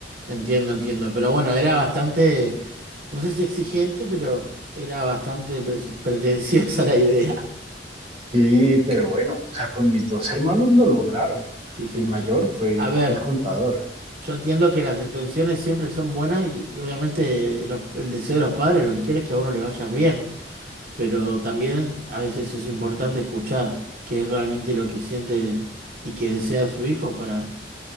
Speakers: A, on the right; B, on the right.
A: entiendo, entiendo. Pero bueno, era bastante, no sé si exigente, pero era bastante pre- <laughs> pretenciosa la idea.
B: Sí, pero bueno, o sea, con mis dos hermanos lo lograron.
A: Sí, sí.
B: El mayor fue
A: A ver,
B: el contador.
A: yo entiendo que las intenciones siempre son buenas y, y obviamente los- el deseo de los padres lo que quiere es que a uno le vayan bien, pero también a veces es importante escuchar qué es realmente lo que siente y que desea su hijo para,